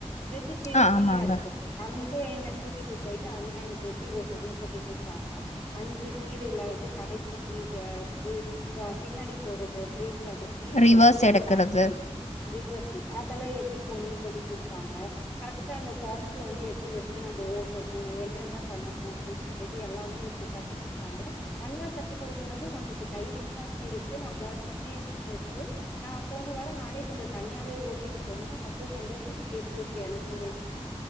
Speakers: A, on the left; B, on the left.
A: பிரிட்ஜ் கீழ
B: ஆ
A: ஃப்ரீயா
B: ஆமாங்க.
A: இருக்கு அங்க என்ன கூட்டிட்டு போயிட்டு அண்ணே எனக்கு எப்டி ஓட்னுன் சொல்லி குடுத்தாங்க அஞ்சு கீர்ல வந்து கடைசி கீர வந்து பின்னாடி போறது பிரேக் அது கீர்
B: ரிவர்ஸ்
A: சொல்றதா
B: எடுக்குறது.
A: ஃபேக் கீர் ரிவர்ஸ் கீர் அதெல்லா எப்டி போட்னுனு சொல்லி குடுத்தாங்க கரெக்டா அந்த பாயிண்ட்ல வந்து எப்டி வெச்சு நம்ப ஓட்டணு என்னென்ன பண்ணணு அப்டின்னு சொல்லிட்டு எல்லாமே எனக்கு கத்து குடுத்தாங்க அண்ணே கத்து குடுக்கும் போது நமக்கு தைரியமாவு இருக்கு நம்ளால முடியும்னு இருக்கு நா போன வாரோ நானே கொஞ்சோ தனியாவே ஓட்டிட்டு போனே அவ்ளோ சந்தோஷமா இருந்துச்சு எனக்குமே